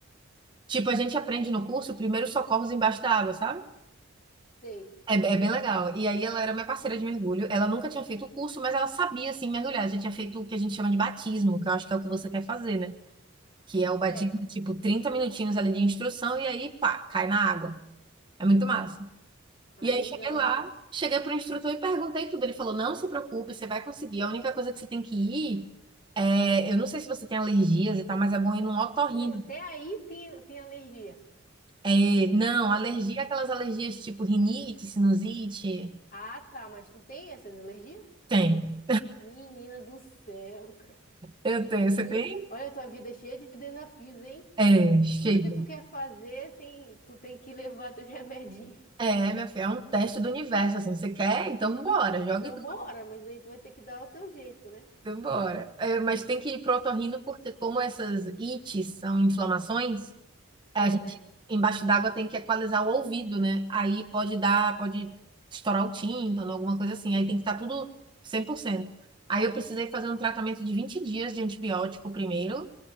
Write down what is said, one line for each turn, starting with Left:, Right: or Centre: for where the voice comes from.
Right: Tipo, a gente aprende no curso primeiros socorros embaixo da água, sabe?
Left: Sei.
Right: É, é bem legal. E aí ela era minha parceira de mergulho. Ela nunca tinha feito o curso, mas ela sabia assim mergulhar. Já tinha feito o que a gente chama de batismo, que eu acho que é o que você quer fazer, né? Que é o batismo,
Left: É.
Right: tipo, 30 minutinhos ali de instrução e aí, pá, cai na água. É muito massa. E
Left: Ai,
Right: aí
Left: legal.
Right: cheguei lá, cheguei pro instrutor e perguntei tudo. Ele falou: "Não se preocupe, você vai conseguir. A única coisa que você tem que ir é, eu não sei se você tem alergias e tal, mas é bom ir num otorrino.
Left: Mano, até aí tem, tem alergia.
Right: É, não, alergia,
Left: Men-
Right: é aquelas alergias tipo rinite, sinusite,
Left: Ah, tá, mas tu tem essas alergias?
Right: tem.
Left: Menina do céu, cara.
Right: Eu tenho, você
Left: Tu,
Right: tem?
Left: olha a tua vida cheia de desafios, hein?
Right: É, chega.
Left: Tudo que tu quer fazer, tem, tu tem que levar teus <laughs> remedinhos.
Right: É, minha filha, é um teste do universo, assim. Você quer? Então bora, joga
Left: Então,
Right: e
Left: bora, mas aí tu vai ter que dar o teu jeito, né?
Right: então bora. É, mas tem que ir pro otorrino, porque como essas ites são inflamações, a
Left: É,
Right: gente
Left: né?
Right: embaixo d'água tem que equalizar o ouvido, né? Aí pode dar, pode estourar o tímpano, alguma coisa assim. Aí tem que estar tudo 100%. Aí eu precisei fazer um tratamento de 20 dias de antibiótico primeiro,